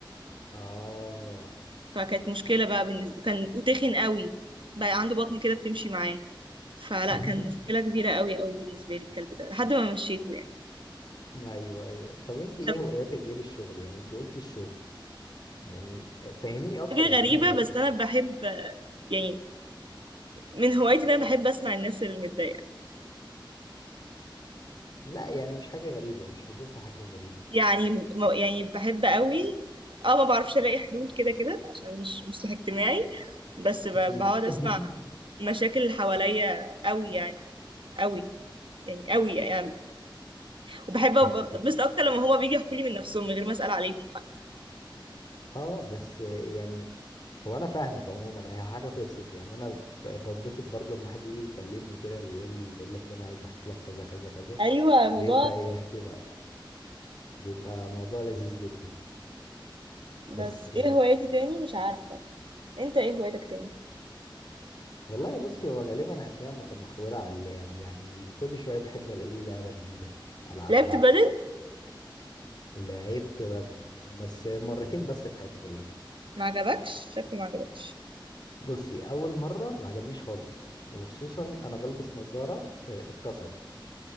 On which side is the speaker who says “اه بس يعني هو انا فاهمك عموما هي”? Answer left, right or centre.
Left